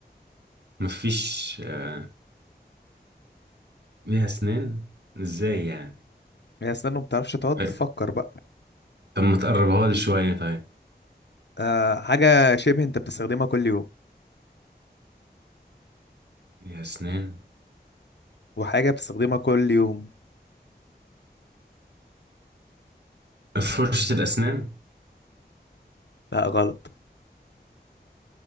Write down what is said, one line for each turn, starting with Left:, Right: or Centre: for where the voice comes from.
Right: مفيش آه، ليها اسنان ازاي يعني
Left: ليها اسنان وما بتعرفش تعض
Right: طيب،
Left: فكر بقى
Right: طب ما تقربها لي شوية طيب
Left: آه حاجة شبه انت بتستخدمها كل يوم
Right: ليها اسنان
Left: وحاجة بتستخدمها كل يوم
Right: فرشة الاسنان
Left: لا غلط